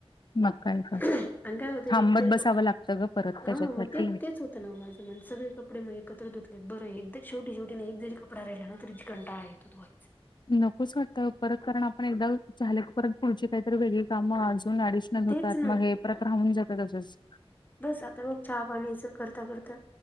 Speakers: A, on the left; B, on the left.
A: मग काय तर
B: आणि काय होत एक
A: थांबत
B: कप्पडे,
A: बसावं लागतं ग परत त्याच्यासाठी
B: हा मग ते तेच होत. तर माझ्या मन सगळे कपडे मग एकत्र धुतले बरं एकदा शेवटी शेवटी एक जरी कपड राहिला ना तरी ज कंटाळा येतो. फक्त धुवायच.
A: नकोच काटत परत कारण आपण एकदा झाल क परत पुढची काहीतरी वेगळी काम अजून ऍडिशनल होतात
B: तेच ना
A: मग हे परत राहून जातात त्याच्याच.
B: बस आता मग चहा पाणीच करता करता